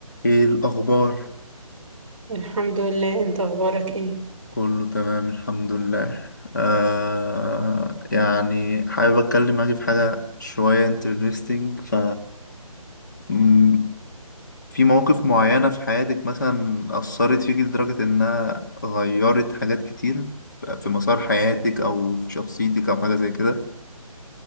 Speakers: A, on the left; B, in the centre.
A: ايه الاخبار
B: الحمد لله انت اخبارك ايه
A: كله تمام الحمد لله آه يعني حابب اتكلم معاكي في حاجه شويه انترستينج ف مم، في مواقف معينه في حياتك مثلا اثرت فيكي لدرجه انها غيرت حاجات كتير ف- في مسار حياتك او في شخصيتك او حاجه زي كده